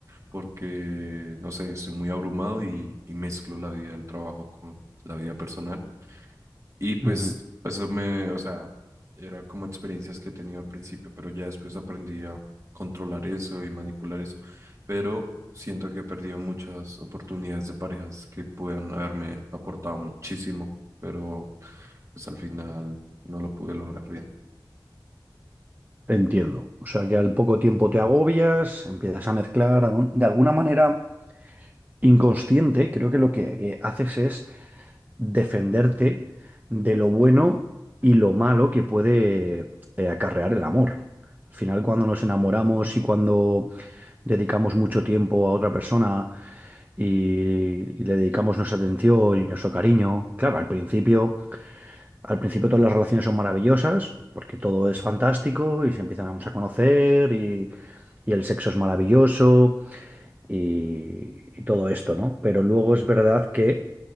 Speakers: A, on the right; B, on the right.
A: porque no sé, estoy muy abrumado y, y mezclo la vida del trabajo con la vida personal. Y pues
B: Ujú,
A: eso me, o sea, era como experiencias que he tenido al principio, pero ya después aprendí a controlar eso y manipular eso. Pero siento que he perdido muchas oportunidades de parejas que puedan haberme aportado muchísimo, pero pues al final no lo pude lograr bien.
B: Entiendo. O sea, que al poco tiempo te agobias, empiezas a mezclar algún- de alguna manera inconsciente. Creo que lo que eh, haces es defenderte de lo bueno y lo malo que puede eh, acarrear el amor. Al final, cuando nos enamoramos y cuando dedicamos mucho tiempo a otra persona y, y le dedicamos nuestra atención y nuestro cariño, claro, al principio, al principio todas las relaciones son maravillosas porque todo es fantástico y se empiezan a conocer y, y el sexo es maravilloso y y todo esto, ¿no? Pero luego es verdad que